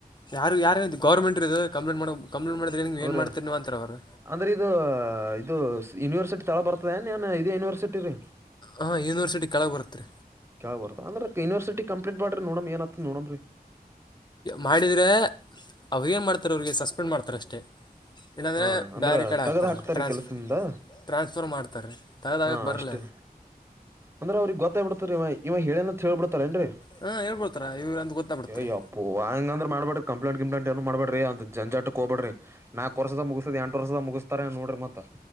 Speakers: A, on the left; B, on the right.
A: ಯಾರು ಯಾರ ಗೌರ್ಮಂಟ್ ಇ ಕಂಪ್ನಟ್ ಮಾಡ ಕಂಪ್ಲೇಟ್ ಮಾಡಿದಿ
B: ಅಂದ್ರೆ
A: ಏನ್ ಮಾಡತತಿರ್ ನೀ ಅಂತಾರ ಅವರು
B: ಅಂದ್ರೆ ಇದು ಇದು ಯೂನಿವರ್ಸಿಟಿ ತಳ ಬರ್ತದೆ ನೀನ್ ಇದೇ ಯೂನಿವರ್ಸಿಟಿ ರೀ
A: ಹಾಂ ಯುನಿಯುಸಿಟಿ ಕೆಳಗೆ ಬರುತ್ತೀ
B: ಯಾವ ಬರ್ತ ಅಂದ್ರೆ ಯನಿವರ್ಸಟಿ ಕಪ್ಲೇಟ್ ಮಾಡ್ರಿ ನೋಡ ಏನತ ನೋಡಮ್ರೀ
A: ಮಾಡಿದ್ರೆ ಅವಾಗ ಏನು ಮಾಡ್ತಾರೆ ಅವ್ರಿಗೆ ಸಸ್ಪೆಂಡ್ ಮಾಡ್ತಾರೆ ಅಷ್ಟೆ ಏನಂದರೆ
B: ಹಾ ಅಂದ್ರ
A: ಬ್ಯಾರಿ ಕಡೆ
B: ತಗದ್
A: ಹಾಕ್ತಾರೆ
B: ಹಾಕ್ತಾರೀ
A: ಟ್ರಾನ್ಸ್ಫ
B: ಕೆಲ್ಸದಿಂದ
A: ಟ್ರಾನ್ಸ್ಫರ್ ಮಾಡ್ತಾರೆೀ ತರದಾಗಕ್ಕೆ
B: ಹಾ
A: ಬರಲ
B: ಅಷ್ಟೇ ಅಂದ್ರ ಅವ್ರಿಗೆ ಗೊತ್ತಾಗ ಬಿಡ್ತಾರ ಇವ ಇವಾಗ ಹೇಳೇನ ಹೇಳ್ಬಿಡ್ತಾರ ಏನ್ರರಿ
A: ಹಾಂ ಹೇಳ್ಬಿಡ್ತಾರೆ ಇವ್ರು ಅಂತ ಗೊತ್ತಾಗ್ಬಿಡ್ತು
B: ಅಯಯ್ಯಪ್ಪ
A: ರೀ
B: ಪ ಹಂಗ್ರ ಮಾಡ್ಬಡ ಕಂಪ್ೇಂಟ್ ಕಂಪ್ೇಂ ಏನು ಮಾಡಬಡ್ರಿ ಅಂತ ಜಾಕ್ಕೆ ಹೋಗಬೇ್ರಿ ನಾಕಕ್ು ವರ್ದ ಮುಗಿಸತ ಎಂಟು ವರ್ಷದ ಮುಗಿಸ್ತಾರ ನೋಡ್ರಿ ಮತ್ತ